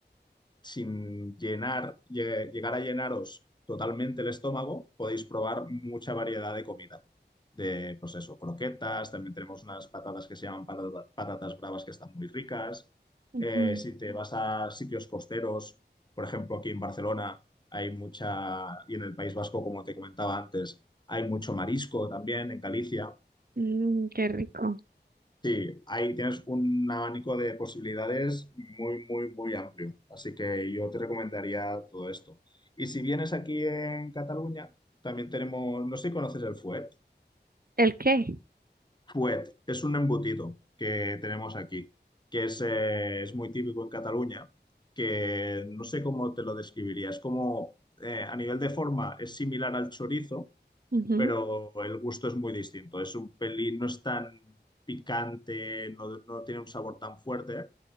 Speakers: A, on the left; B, on the right.
A: sin llenar, lle- llegar a llenaros totalmente el estómago, podéis probar mucha variedad de comida. De, pues eso, croquetas, también tenemos unas patatas que se llaman patata- patatas bravas que están muy ricas.
B: Ujú.
A: Eh, si te vas a sitios costeros, por ejemplo, aquí en Barcelona hay mucha, y en el País Vasco, como te comentaba antes, hay mucho marisco también, en Galicia.
B: Mm, qué rico.
A: Sí, ahí tienes un abanico de posibilidades muy, muy, muy amplio. Así que yo te recomendaría todo esto. Y si vienes aquí en Cataluña, también tenemos, no sé si conoces el fuet.
B: ¿El qué?
A: Fuet es un embutido que tenemos aquí, que es, eh, es muy típico en Cataluña, que no sé cómo te lo describiría. Es como, eh, a nivel de forma, es similar al chorizo,
B: Ujú.
A: pero el gusto es muy distinto. Es un pelín, no es tan picante, no, no tiene un sabor tan fuerte,